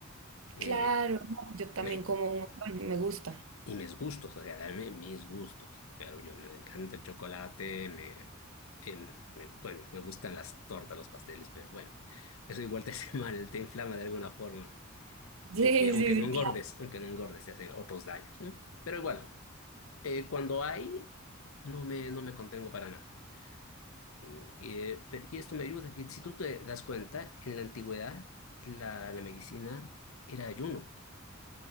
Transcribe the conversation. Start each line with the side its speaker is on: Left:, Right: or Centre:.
Left: Eh,
Right: Claro, no, yo también
Left: me-
Right: como un montón, me gusta. <laughs>
Left: y mis gustos, o sea, darme mis gustos. Pero yo me encanta el chocolate, me, em, me- bueno, me gustan las tortas, los pasteles, pero bueno, eso igual te hace <laughs> mal, te inflama de alguna forma. Aunque,
Right: Sí,
Left: aunque
Right: sí, sí,
Left: no engordes,
Right: claro,
Left: aunque no engordes, te hace otros daños, ¿no? Pero igual, eh, cuando hay, no me, no me contengo para nada. Mm, Eh, pero- y esto me ayuda, que si tú te das cuenta, en la antigüedad la, la medicina era ayuno.